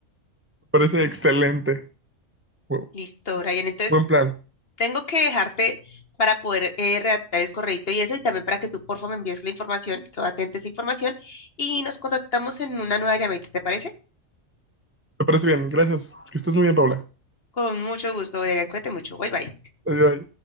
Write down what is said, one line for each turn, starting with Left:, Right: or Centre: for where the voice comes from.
Right: Me parece excelente. Bu-
Left: Listo, Brian. Entonces...
Right: Buen plan.
Left: tengo que dejarte para poder eh, redactar el correito y eso, y también para que tú, porfa, me envíes la información, que atentes esa información, y nos contactamos en una nueva llamadita, ¿te parece?
Right: Me parece bien. Gracias. Que estés muy bien, Paula.
Left: Con mucho gusto, Brian, cuídate mucho, bye bye.
Right: Adiós.